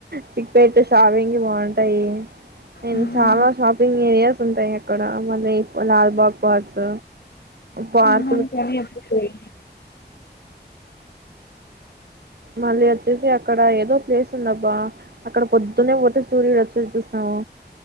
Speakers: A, on the right; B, on the left.
A: చిక్ పెట్టు షాపింగ్ కి బాగుంటాయి నేను
B: మ్మ్.
A: చాలా షాపింగ్ ఏరియాస్. ఉంటాయ్ అక్కడా మల్లీ లాల్బాగ్ పాక్స్ పార్క్
B: కాని కానీ అప్పు పోయ్
A: మళ్ళీ వచ్చేసి అక్కడ ఏదో ప్లేస్ ఉందబ్బా అక్కడ పొద్దునే పోతే సూర్యుడు వచ్చేది చూస్తాము